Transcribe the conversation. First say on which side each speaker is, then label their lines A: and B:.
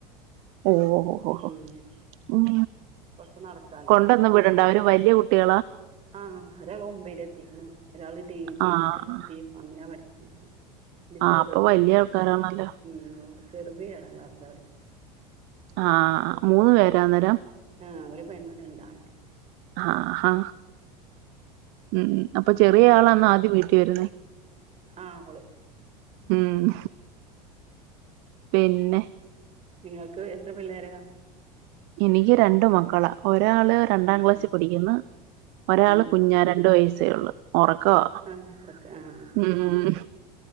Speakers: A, on the right; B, on the right.
A: ഓ ഓഹ് ഓഹ്
B: ഉം
A: ഓഹ് ഉം
B: കൊറച്ച് നടക്കാണ്ട്
A: കൊണ്ടന്ന്
B: ട്യൂഷൻക്ക്
A: വിടണ്ട അവര് വല്ല്യ കുട്ട്യേ
B: ആഹ് ഒരാളെ ഒമ്പയില് എത്തിക്കെണ് ഒരാളെ ഡി വെരിക്കാണ്
A: ആഹ്
B: ബീഫാമിനാണ് പഠി പിന്നെ
A: ആഹ്
B: ചെറുത്
A: അപ്പൊ വല്യ ആൾക്കാരാണല്ലോ
B: ഉം ചെറുത് ഏഴാം ക്ലാസ്സിലാ പടിക്ക്
A: ആഹ് ആ മൂന്ന് പേരാന്നേരം
B: ആഹ് ഒരു പെണ്ണും രണ്ടാണും
A: ആഹ് ഹാ ഉം ഉം അപ്പോ ചെറിയ
B: ഉം
A: ആളാന്ന ആദ്യം വീട്ടിൽ വരുന്നേ
B: ആഹ് ഓള്
A: ഉം പിന്നെ
B: നിങ്ങക്ക് എത്ര പിള്ളേരാ
A: എനിക്ക് രണ്ട് മക്കളാ ഒരാളെ രണ്ടാം
B: ആഹ്
A: ക്ലാസ്സിൽ പഠിക്കുന്നു ഒരാള
B: ആഹ്
A: കുഞ്ഞാ രണ്ട് വയസ്സേ ഒള്ളു ഒറക്കാവാ
B: ആഹ് ഇവർക്ക് ആഹ്
A: ഉം ഉം ഉം